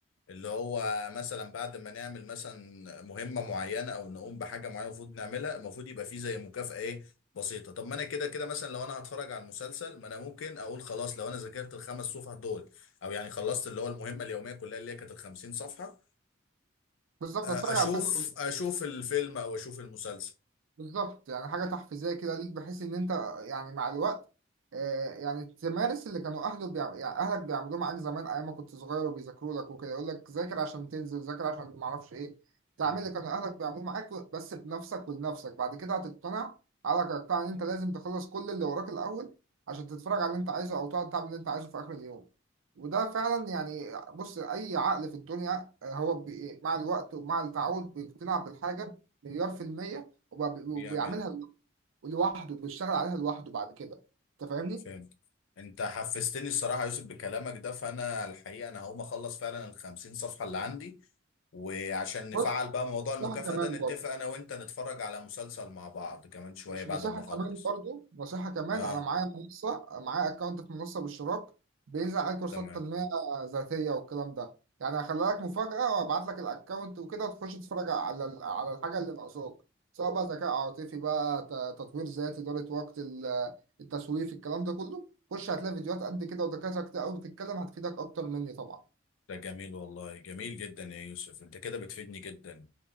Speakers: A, on the left; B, on the right.
A: اللي هو مثلا بعد ما نعمل مثلا مهمه معينه او نقوم بحاجه معينه المفروض نعملها المفروض يبقى في زي مكافاه ايه بسيطه طب ما انا كده كده مثلا لو انا هتفرج على المسلسل ما انا ممكن اقول خلاص لو انا ذاكرت الخمس صفح دول او يعني خلصت اللي هو المهمه اليوميه كلها اللي هي كانت ال 50 صفحه
B: بالظبط
A: آه،
B: اتفرج
A: اشوف
B: على فيلم
A: اشوف الفيلم او اشوف المسلسل
B: بالظبط يعني حاجة تحفيزية كده ليك بحيث إن أنت يعني مع الوقت آه، يعني تمارس اللي كانوا أهله بيعم... يعني أهلك بيعملوه معاك زمان أيام ما كنت صغير وبيذاكروا لك وكده يقول لك ذاكر عشان تنزل ذاكر عشان معرفش إيه تعمل
A: مم.
B: اللي كانوا أهلك بيعملوه معاك و- بس بنفسك ولنفسك بعد كده هتقتنع عقلك هيقتنع إن أنت لازم تخلص كل اللي وراك الأول عشان تتفرج على اللي أنت عايزه أو تقعد تعمل اللي أنت عايزه في آخر اليوم وده فعلا يعني بص أي عقل في الدنيا آه، هو بي... مع الوقت ومع التعود بيقتنع بالحاجة مليار في المية وب-
A: بيعملها
B: وبيعملها لوحده بيشتغل عليها لوحده بعد كده انت فاهمني
A: فهمت انت حفزتني الصراحه يا يوسف بكلامك ده فانا الحقيقه انا هقوم اخلص فعلا ال 50 صفحه اللي عندي وعشان نفعل
B: بص
A: بقى موضوع المكافاه
B: نصيحة كمان
A: ده نتفق
B: برضه
A: انا وانت نتفرج على مسلسل مع بعض كمان شويه
B: مش
A: بعد
B: نصيحة
A: ما اخلص
B: كمان برضه نصيحة كمان
A: اه
B: أنا معايا منصة معايا أكونت في منصة باشتراك بينزل عليه كورسات
A: تمام
B: تنمية ذاتية والكلام ده يعني هخلي لك مفاجأة وأبعت لك الأكونت وكده وتخش تتفرج على ال- على الحاجة اللي ناقصاك سواء بقى ذكاء عاطفي بقى ت- تطوير ذاتي إدارة وقت ال- التسويف الكلام ده كله خش هتلاقي فيديوهات قد كده ودكاترة كتير قوي بتتكلم هتفيدك أكتر مني طبعا
A: ده جميل والله جميل جدا يا يوسف انت كده بتفيدني جدا